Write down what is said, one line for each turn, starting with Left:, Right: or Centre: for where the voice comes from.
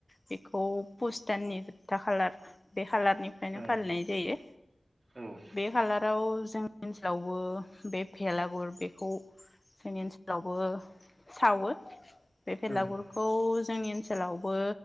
Left: बेखौ पुस दाननि जोबथा खालार बे खालारनिफ्रायनो
Right: आङो
Left: फालिनाय जायो
Right: ओं
Left: बे खालाराव जों ओनसोलावबो बे भेलागुर बेखौ जोंनि ओनसोल जेरावबो सावो। बे बेलागुरखौ
Right: औ
Left: जोंनि ओनसोलावबो